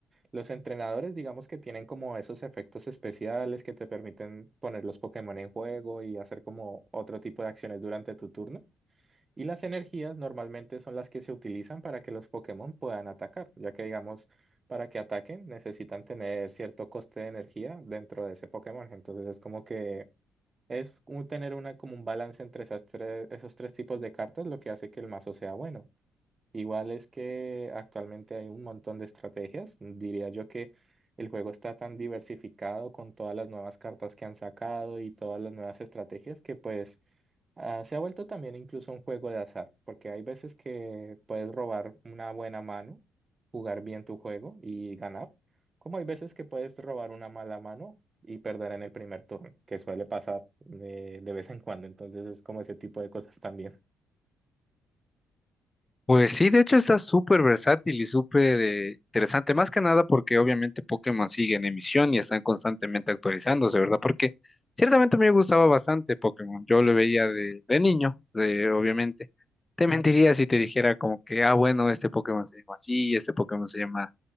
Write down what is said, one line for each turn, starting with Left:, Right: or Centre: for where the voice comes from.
Right: Los entrenadores, digamos que tienen como esos efectos especiales que te permiten poner los Pokémon en juego y hacer como otro tipo de acciones durante tu turno. Y las energías normalmente son las que se utilizan para que los Pokémon puedan atacar, ya que digamos, para que ataquen necesitan tener cierto coste de energía dentro de ese Pokémon. Entonces es como que es como tener una, como un balance entre esas tres, esos tres tipos de cartas, lo que hace que el mazo sea bueno. Igual es que actualmente hay un montón de estrategias. Diría yo que el juego está tan diversificado con todas las nuevas cartas que han sacado y todas las nuevas estrategias que pues ah, se ha vuelto también incluso un juego de azar, porque hay veces que puedes robar una buena mano, jugar bien tu juego y ganar, como hay veces que puedes robar una mala mano y perder en el primer turno, que suele pasar de, de vez en cuando. Entonces es como ese tipo de cosas también.
Left: Pues sí, de hecho está súper versátil y súper eh, interesante, más que nada porque obviamente Pokémon sigue en emisión y están constantemente actualizándose, ¿verdad? Porque ciertamente me gustaba bastante Pokémon, yo lo veía de, de niño, de- obviamente. Te mentiría si te dijera como que, ah, bueno, este Pokémon se llama así, este Pokémon se llama